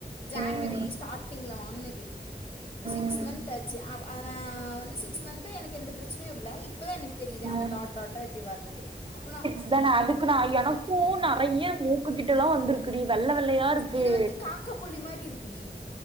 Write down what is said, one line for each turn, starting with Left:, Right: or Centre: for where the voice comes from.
Left: ஜான்வரி
Right: ம்
Left: ஸ்டார்ட்டிங்ல வாங்குனது
Right: ம்
Left: சிக்ஸ் மந்த் ஆச்சு ஆ ஆன வந்து சிக்ஸ் மந்த்து எனக்கு எந்த பிரச்சனையு இல்ல இப் பதா எனக்கு தெரியுது
Right: ம்.
Left: அந்த டாட் டாட்டா இப்டி வர்றது அப்பனா
Right: க்கு தா அதுக்கு நா எனக்கு நெறைய மூக்கு கிட்ட எல்லா வந்திருக்குடி வெள்ள வெள்ளையா இருக்கு
Left: இது வந்து காக்கா புள்ளி மாரி இருக்குடி